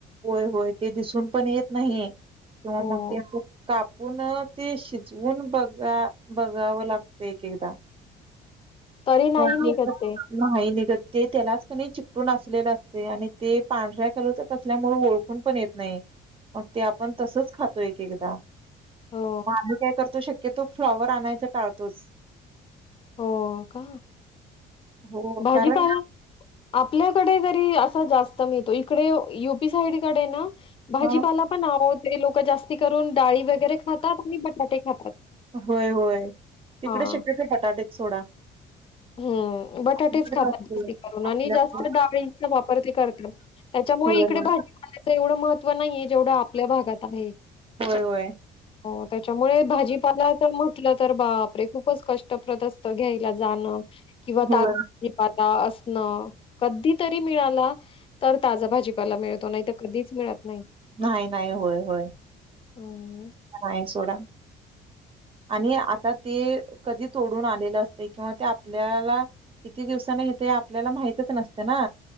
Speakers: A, on the right (about 30°); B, on the left (about 30°).
A: होय होय ते दिसून पण येत नाहीं. किंवा
B: हो.
A: मग ते कापून अ ते शिजवून बघा बघावं लागत एक एकदा.
B: तरी नाही
A: किंवा <unintelligible>
B: निघत ते
A: नाही निघत. ते त्यालाच कणी चिकटून असलेलं असते आणि ते पांढऱ्या कलरच असल्यामुळें ओळखून पण येत नाही मग, ते आपण तसंच खातो एक एकदा.
B: हो
A: म आम्ही काय करतो शक की तो फ्लॉवर आणायचा टाळतोच.
B: हो. का
A: हो
B: भाजीपाला
A: कारण
B: आप आपल्याकडे जरी असं जास्त मिळतो इकडे युपी साईड कडे न भाजीपाला
A: अ
B: पण आवो ते लोक जास्त ते करून डाळी वगैरे खातात नी बटाटे खातात
A: होय, होय. तिकडे
B: हां.
A: शक्यतो बटाटेच सोडा.
B: हम्म बटाटेच
A: आपल्याकडेच
B: खातात
A: असतील.
B: जास्ती करून
A: आपल्याकडे
B: आणि जास्त डाळींचा वापर ते करतात. त्यांच्यामुळे
A: होय,
B: इकडे
A: होय.
B: भाजीपाल्याच एवढ महत्व त्व नाहिये जेवढ आपल्या भागात आहे.
A: होय, होय.
B: हो त्याच्यामुळे भाजीपाला जर म्हटलत तर बापरे! खूपचं कष्ट परत असत घ्यायला जाणं किंवा
A: होय.
B: तात <unintelligible> न कधी तरी मिळाला तर ताजा भाजीपाला मिळतो नाही त कधीच मिळत नाही.
A: नाही नाही होय होय.
B: हं,
A: नाई सोडा. आणि आता ते कधी तोडून आलेलं असतय किंवा ते आपल्याला किती दिवसांनी येतंय आपल्याला माहितच नसतं ना.